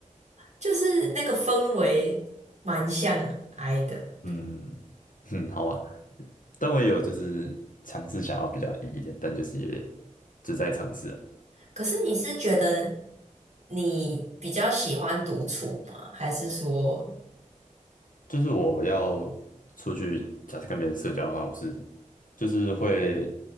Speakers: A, on the right; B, on the left.
A: 就是那个氛围蛮像 I 的。
B: 嗯嗯，<laughs> 好吧，但我也有就是尝试想要比较 E 一点，但就是也就在尝试啊
A: 可是你是觉得你比较喜欢独处吗？还是说，
B: 就是我要出去，假设跟别人社交的话，我是就是会